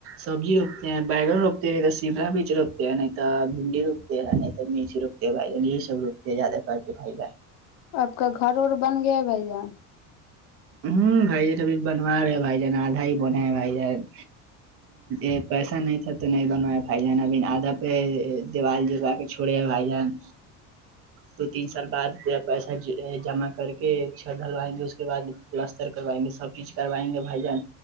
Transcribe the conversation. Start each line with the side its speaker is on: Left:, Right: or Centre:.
Right: سبزی روپتے ہیں بی بگن روپتے نہیں تو سما بیچ روپتے ن تو بھنڈی روپتے ن نہیںئی تو مرچ روپتے بھائی جان یہ سب روپتے زیادہ کر کے بائی جان
Left: آپ کا گھر اورور بن گیا ہے بھائی جان
Right: ہوں بھائی جان ابھی بنوا رہے ہیں بھائی جان آدھا ہی بنے ہیں بھائی جان ا پیسہ نہیں تھا تو نہیں بنوا بھائی جانا ب آدھا پہ دیوال جگا کے تھوڑے بھائی جان دو تین سال بعد پا پیسہ جمع کر کے چھت ڈلوائیں گے اس کے بعد پلستر کروائیں گے سب چیز کروائیں گے بھائی جان